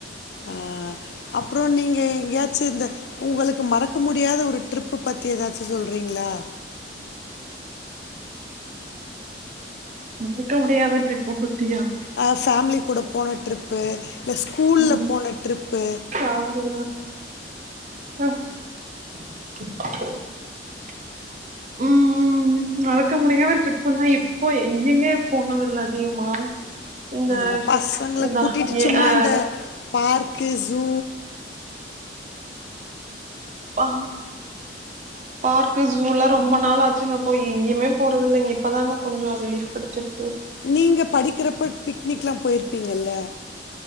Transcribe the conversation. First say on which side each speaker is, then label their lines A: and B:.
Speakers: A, on the left; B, on the right.
A: அ அப்பறம் நீங்க எங்கயாச்சு இந்த உங்களுக்கு மறக்க முடியாத ஒரு ட்ரிப் பத்தி ஏதாச்சு சொல்றீங்களா
B: மறக்க முடியாத ட்ரிப் பத்தியா
A: ஆ ஃபேமிலி கூட போன ட்ரிப் ப்பு இல்ல ஸ்கூல்ல
B: ம்
A: போன ட்ரிப்பு
B: சாரி அ ம் ம் மறக்க முடியாத ட்ரிப் தா இப்போ எங்க எங்கே போனதி இல்ல அதிகமா இந்த
A: ஆ பசங்கள
B: இந்த
A: கூட்டிட்டு
B: ஏ
A: சும்மா
B: அ
A: இந்த பார்க்கு சூ
B: பா பார்க்கு ஜூல ரொம்ப நாள் ஆச்சுங்க போய் எங்கெயுமே போறதில்லங்க இப்பதாங்க கொஞ்ச ரிலீஃப் கெடைச்சிருக்கு
A: நீங்க படிக்கிறப்ப பிக்னிக் எல்லா போயிருப்பீங்கல்ல